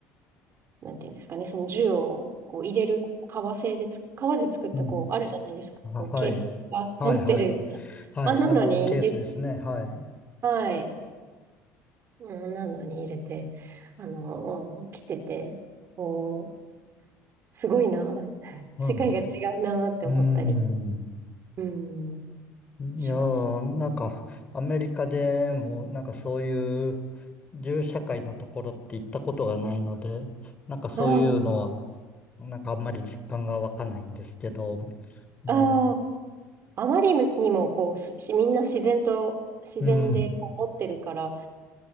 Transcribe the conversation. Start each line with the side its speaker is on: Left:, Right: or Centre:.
Right: なんていうんですかね、その銃をこう入れる革製でつ、革で作ったこう、
Left: うん。
Right: あるじゃないですか。
Left: あ、はい。
Right: こう、警察が持ってるような。
Left: はい、はい。はい、
Right: あんなのに入れ、
Left: あの、ケースですね。はい。
Right: はい。あんなのに入れて、あの、着てて、こう、すごいな、<laughs>
Left: は
Right: 世界が違うなって思ったり、
Left: い。うん。
Right: うん、
Left: いやー、
Right: しました。
Left: なんか、アメリカでも、なんかそういう、銃社会のところって行ったことがないので、なんかそういうのは、
Right: あ
Left: なんかあんまり実感が湧かないんですけど、ね
Right: あ、ああ、あまりにもこう、し、しみんな自然と、自然でこう持ってるから、
Left: うん、